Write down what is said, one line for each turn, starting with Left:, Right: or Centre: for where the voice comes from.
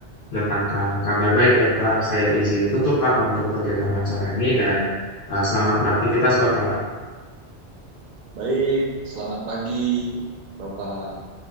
Left: mendatangkan kabar baik ya, Pak. Saya izin tutup, Pak, untuk kegiatan wawancara ini dan eh, selamat beraktivitas, Bapak.
Right: Baik, selamat pagi, Bapak.